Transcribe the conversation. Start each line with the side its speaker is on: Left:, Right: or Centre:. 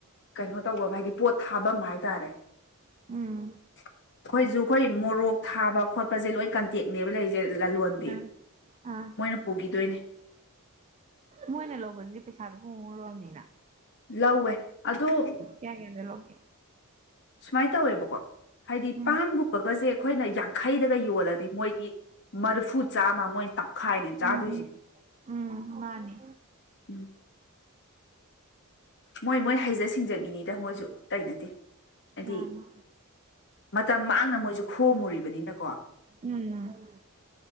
Left: ꯀꯩꯅꯣ ꯇꯧꯕꯐꯝ ꯍꯥꯏꯗꯤ ꯄꯣꯠ ꯊꯥꯐꯝ ꯍꯥꯏꯇꯥꯔꯦ ꯑꯩꯈꯣꯏꯁꯨꯨ
Right: ꯎꯝ
Left: ꯑꯩꯈꯣꯏ ꯃꯣꯔꯣꯛ ꯊꯥꯕ ꯈꯣꯠꯄꯁꯦ ꯂꯣꯏ ꯀꯟꯇꯦꯛꯅꯦꯕ ꯂꯩꯔꯤꯁꯦ ꯆꯦ ꯂꯂꯣꯟꯕꯤ
Right: ꯌꯥꯔꯦ ꯑꯥ
Left: ꯃꯣꯏꯅ ꯄꯨꯈꯤꯗꯣꯏꯅꯦ
Right: ꯃꯣꯏꯅ ꯂꯧꯕꯗꯨꯗꯤ ꯄꯩꯁꯥꯗꯣ ꯍꯣꯡ ꯂꯔꯕꯅꯤꯅ
Left: ꯂꯧꯋꯦ ꯑꯗꯨꯣ
Right: ꯀꯌꯥ ꯀꯌꯥꯗ ꯂꯣꯒꯦ
Left: ꯁꯨꯃꯥꯏꯅ ꯇꯧꯋꯦꯕꯀꯣ ꯍꯥꯏꯗꯤ
Right: ꯎꯝ
Left: ꯄꯥꯟꯒꯨꯝꯕꯒꯁꯦ ꯑꯩꯈꯣꯏꯅ ꯌꯥꯝ ꯡꯈꯩꯗꯒ ꯌꯣꯜꯂꯗꯤ ꯃꯣꯏꯗꯤ ꯃꯔꯐꯨ ꯆꯥꯝꯃ ꯃꯣꯏ ꯇꯪꯈꯥꯏꯅꯦ ꯆꯥꯗꯣꯏꯁꯦ
Right: ꯎꯝ ꯎꯝ ꯃꯥꯅꯦ
Left: ꯎꯝ ꯃꯣꯏ ꯃꯣꯏ ꯍꯩꯖ ꯁꯤꯡꯖꯕꯤꯅꯤ ꯃꯣꯏꯁꯨ ꯇꯩꯅꯗꯦ ꯍꯥꯏꯗꯤ
Right: ꯃꯥꯅꯤ
Left: ꯃꯇꯝ ꯃꯥꯡꯅ ꯃꯣꯏꯁꯨ ꯈꯣꯝ ꯃꯨꯔꯤꯕꯅꯤꯅꯀꯣ
Right: ꯎꯝ